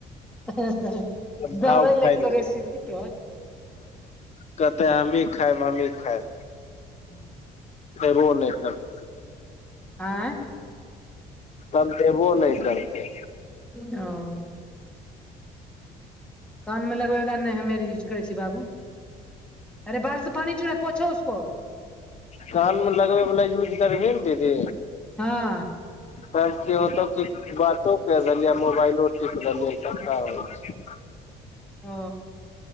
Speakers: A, in the centre; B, on the left.
A: हें हें
B: भाव
A: दौउ रय
B: खाय
A: लगतो
B: लगल
A: रेसिपी तोहर
B: कहतय हमही खायब हमही खायब
A: <inaudible>
B: देबो नहि करतै
A: <inaudible> आंय
B: तबदेबो नय करतय।
A: ओ। कान मे लगबय बला नै, हमे यूज करय छि बाबू। <unintelligible>
B: कान मे लगबय बला यूज करबीही न दीदी।
A: हँ
B: तब की होतौ की बातो करलही, आ मोबाइलो टीप रहलही, सबटा होय छ।
A: ओ